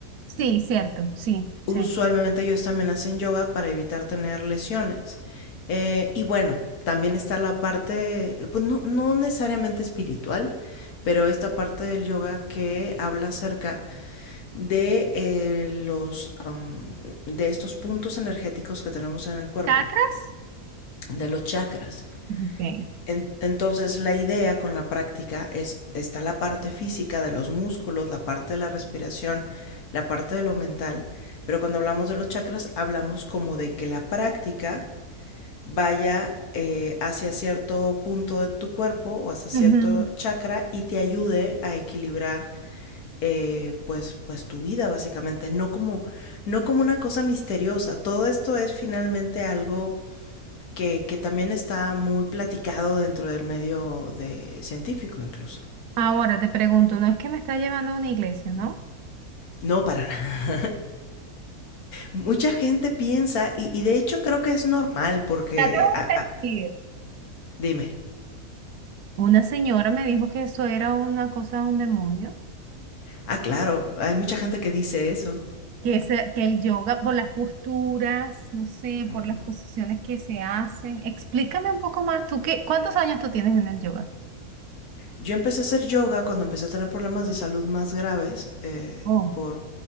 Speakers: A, on the right; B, on the left.
A: sí, cierto, sí, sí.
B: Usualmente ellos también hacen yoga para evitar tener lesiones. Eh, y bueno, también está la parte, pues no, no necesariamente espiritual, pero esta parte del yoga que habla acerca de eh, los um, de estos puntos energéticos que tenemos en el cuerpo,
A: ¿Chakras?
B: de los chakras.
A: Ok.
B: En- entonces la idea con la práctica es, está la parte física de los músculos, la parte de la respiración, la parte de lo mental, pero cuando hablamos de los chakras hablamos como de que la práctica vaya eh, hacia cierto punto de tu cuerpo o hacia cierto
A: Ujú.
B: chakra y te ayude a equilibrar eh, pues, pues tu vida básicamente, no como, no como una cosa misteriosa, todo esto es finalmente algo que, que también está muy platicado dentro del medio de científico incluso.
A: Ahora te pregunto, no es que me está llevando a una iglesia, ¿no?
B: No, para nada. Mucha gente piensa, y, y de hecho creo que es normal, porque...
A: Ya te voy
B: ah, ah,
A: a decir.
B: dime.
A: Una señora me dijo que eso era una cosa de un demonio.
B: Ah, claro, hay mucha gente que dice eso.
A: que, ese- que el yoga, por las posturas, no sé,
B: Ujú.
A: por las posiciones que se hacen. Explícame un poco más, ¿tú qué, cuántos años tú tienes en el yoga?
B: Yo empecé a hacer yoga cuando empecé a tener problemas de salud más graves eh,
A: Oh,
B: por